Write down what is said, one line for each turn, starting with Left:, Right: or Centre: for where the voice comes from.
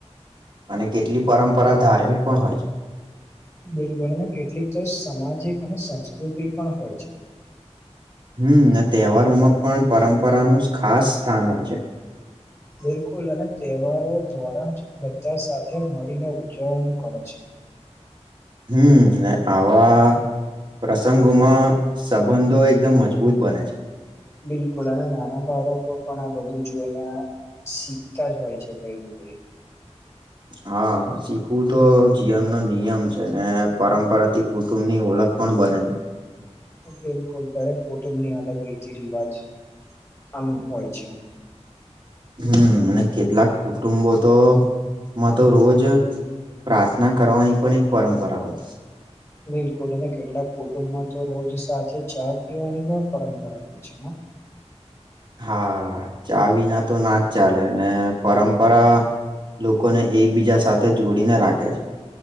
Right: અને કેટલી પરંપરા ધાર્મિક પણ હોય છે.
Left: બિલ બોલ કેટલીક તો સામાજિક અને સંસ્કૃતિ પણ હોય છે.
Right: હમ અને તહેવારોમાં પણ પરંપરાનું ખાસ સ્થાન હોય છે.
Left: બિલકુલ અને તહેવારો ધોરણ બધા સાથે મળીને ઉજવવાનું કરે છે.
Right: હમ ને આવા. પ્રસંગોમાં સંબંધો એકદમ મજબૂત બને છે.
Left: બિલકુલ અને નાના બાળકો પણ આ બધું જોઈને શીખ. તા જ હોય છે કઈ ન કઈ.
Right: હા શીખવું તો જીવન નો નિયમ છે ને પરંપરાથી. કુટુંબની ઓળખ પણ બને છે.
Left: બિલકુલ દરેક કુટુંબની અલગ રીતે રિવાજ આમ હોય છે.
Right: હમ અને કેટલાક કુટુંબો તો. માં તો રોજ પ્રાર્થના કરવાની પણ એક પરંપરા હોય.
Left: બિલકુલ અને કેટલાક કુટુંબમાં તો રોજ સાથે ચા પીવાની પણ પરંપરા હોય છે.
Right: <unintelligible> <inaudible> હા ચ વિના તો ના જ ચાલે ને પરંપરા. લોકોને એકબીજા સાથે જોડીને રાખે છે.